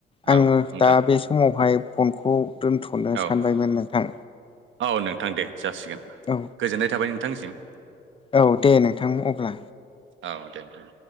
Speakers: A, on the left; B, on the right.
A: आङो
B: औ उम
A: दा बे समावहाय फनखौ दोनथ'नो
B: औ
A: सानबायमोन नोंथां
B: औ नोंथां दे जासिगोन
A: औ
B: गोजोननाय थाबाय नोंथांसिम
A: औ दे नोंथां अब्ला
B: औ दे